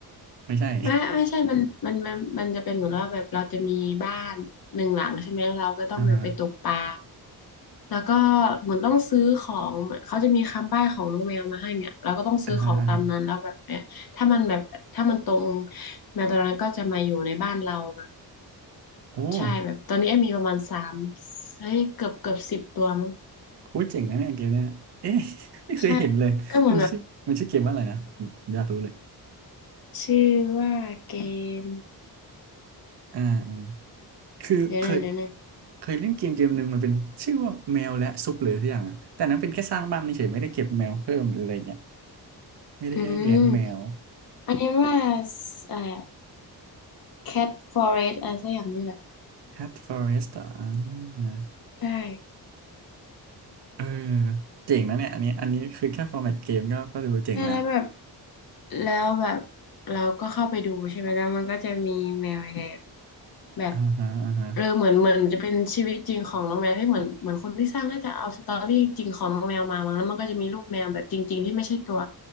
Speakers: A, on the right (about 80°); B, on the left (about 60°).
A: ไม่ใช่
B: ไม่ไม่ใช่มันมันมันมันจะเป็นเหมือนว่าแบบเราจะมีบ้านหนึ่งหลังใช่ไหมเราก็ต้องไปไปตกปลา
A: <laughs> อ่าฮะ
B: แล้วก็เหมือนต้องซื้อของเหมือนเขาจะมีคำใบ้ของน้องแมวมาให้เนี่ยเราก็ต้องซื้อของตามนั้นแล้วแบบเนี่ยถ้ามันแบบถ้ามันตรง
A: อ่าฮะอ่าฮะ
B: แมวตัวนั้นก็จะมาอยู่ในบ้านเราแบบ
A: โอ้โ
B: ใช่แบบตอนนี้ไอ้มีประมาณสามเฮ้ยเกือบเกือบสิบตัวมั้ง
A: หเจ๋งนะเนี่ยเกมเนี้ยเอ๊ะ <laughs> ไม่เคยเห็นเลยมันชื่อมันชื่อเกมว่าอะไรนะผมอยากรู้เลย
B: ใช่ก็เหมือนแบบชื่อว่าเกม
A: อ่าอ่าคือเคย
B: เดี๋ยวนะเดี๋ยวนะ
A: เคยเล่นเกมเกมหนึ่งมันเป็นชื่อว่าแมวและซุปหรือทุกอย่างอะแต่นั้นเป็นแค่สร้างบ้านเฉยๆไม่ได้เก็บแมวเพิ่มหรืออะไรเงี้ยไม่ได้เลี้ยงแมว
B: อืมอันนี้ว่าสอะไร แคทฟอเรสอะไรสักอย่างนี่แหละ
A: Hat Forest อ่ะอ่า
B: ใช่
A: เออเจ๋งนะเนี่ยอันนี้อันนี้คือแค่ฟอร์แมตเกมก็ก็ดูเจ๋งแล้ว
B: ใช่แล้วแบบแล้วแบบเราก็เข้าไปดูใช่ไหมแล้วมันก็จะมีแมวยังไงอะแบบ
A: อ่าฮะอ่าฮะ
B: เออเหมือนเหมือนจะเป็นชีวิตจริงของน้องแมวที่เหมือนเหมือนคนที่สร้างน่าจะเอาสตอรี่จริงของน้องแมวมามั้งแล้วมันก็จะมีรูปแมวแบบจริงๆที่ไม่ใช่ตัว